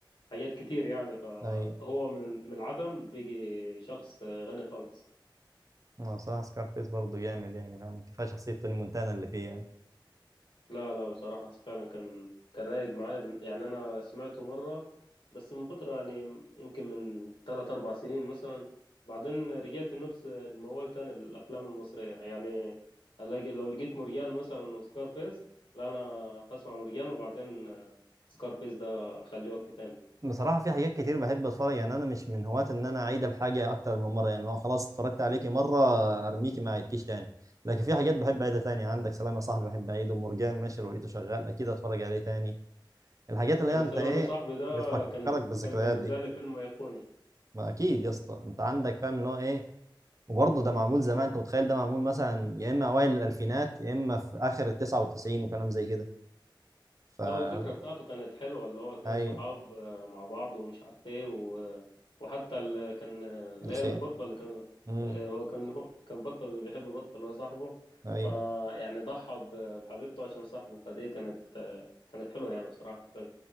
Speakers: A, on the left (about 75°); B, on the right (about 40°).
A: حاجات كتير يعني فهو
B: اي
A: من من العدم بيجي شخص غني خالص
B: أنا بصراحة سكارفيس برضه جامد يعني فاهم كفاية شخصية توني مونتانا اللي فيه يعني
A: لا لا بصراحة فعلا كان كان رايق معايا بن- يعني أنا سمعته مرة بس من فترة يعني يمكن من تلات أربع سنين مثلا بعدين رجعت لنفس الموال تاني الأفلام المصرية يعني ألاقي لو لقيت مرجان مثلا وسكارفيس لا أنا هسمع مرجان وبعدين سكارفيس ده أخليه وقت تاني
B: بصراحة في حاجات كتير بحب اتفرج يعني انا مش من هواة ان انا اعيد الحاجة اكتر من مرة يعني لو خلاص اتفرجت عليكي مرة ارميكي ما اعيدكيش تاني لكن في حاجات بحب اعيدها تاني عندك سلام يا صاحبي بحب اعيده مرجان ماشي لو لقيته شغال اكيد اتفرج عليه تاني الحاجات اللي
A: أنا
B: هي انت
A: سلام
B: ايه
A: يا صاحبي ده
B: بتفكرك
A: كان
B: بالذكريات
A: كان بالنسبة
B: دي
A: لي فيلم أيقوني
B: ما اكيد يا اسطى انت عندك فاهم اللي هو ايه وبرضه ده معمول زمان انت متخيل ده معمول مثلا يا اما اوائل الالفينات يا اما في اخر ال 99 وكلام زي كده فلا
A: لو الفكرة بتاعته كانت حلوة اللي هو اتنين
B: ايوه
A: صحاب آه، مع بعض ومش عارف ايه و... وحتى اللي كان اللي
B: الخيال
A: هي البطة اللي كان
B: امم
A: آه، هو كان هو كان بطة بيحب بطة اللي هو صاحبه
B: ايوه
A: فيعني ضحى ب- بحبيبته عشان صاحبه فدي كانت آه، كانت حلوة يعني بصراحة في الفيلم